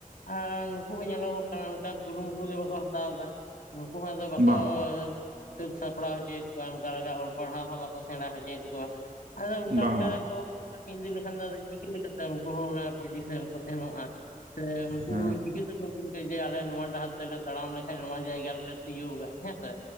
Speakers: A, on the left; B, on the right.
A: ᱟᱨ ᱱᱩᱠᱩ ᱦᱚᱸ ᱧᱮᱞᱚᱜᱚᱜ ᱠᱟᱱᱟ ᱱᱚᱝᱠᱟ ᱠᱩᱨᱩ ᱢᱩᱴᱩ ᱜᱮ ᱵᱟᱠᱚ ᱦᱟᱛᱟᱣ ᱮᱫᱟ ᱱᱩᱠᱩ ᱦᱚᱸ ᱟᱫᱚ ᱵᱟᱠᱚᱼᱼ
B: ᱵᱟᱝ ᱵᱟᱝ
A: ᱥᱟᱹᱛ ᱥᱟᱯᱲᱟᱣ ᱦᱚᱪᱚᱭᱮᱫ ᱠᱚᱣᱟ ᱚᱱᱠᱟ ᱞᱮᱠᱟ ᱚᱞ ᱯᱟᱲᱦᱟᱣ ᱦᱚᱸ ᱵᱟᱠᱚ ᱥᱮᱬᱟ ᱦᱚᱪᱚᱭᱮᱫ ᱠᱚᱣᱟ ᱟᱫᱚ ᱚᱱᱠᱟ
B: ᱵᱟᱝ
A: ᱞᱮᱠᱟ
B: ᱵᱟᱝ
A: ᱠᱚᱼᱼ ᱤᱫᱤ ᱞᱮᱠᱷᱟᱱ ᱫᱚ ᱟᱫᱚ ᱪᱤᱠᱟᱹ ᱞᱮᱠᱟᱛᱮ ᱩᱱᱠᱩ ᱦᱚᱸ ᱚᱱᱟ ᱯᱚᱡᱤᱥᱮᱱ ᱨᱮᱠᱚ ᱥᱮᱱᱚᱜ-ᱟ ᱥᱮ ᱩᱱᱠᱩ,
B: ᱦᱮᱸ
A: ᱪᱤᱠᱟᱹᱛᱮᱠᱚ ᱵᱩᱡᱟ ᱡᱮ ᱟᱞᱮ ᱱᱚᱣᱟ ᱰᱟᱦᱟᱨ ᱛᱮᱞᱮ ᱛᱟᱲᱟᱢ ᱞᱮᱠᱷᱟᱱ ᱱᱚᱣᱟ ᱡᱟᱭᱜᱟ ᱨᱮᱼᱼ ᱞᱮ ᱥᱤᱭᱳᱜᱟ ᱦᱮᱸᱥᱮ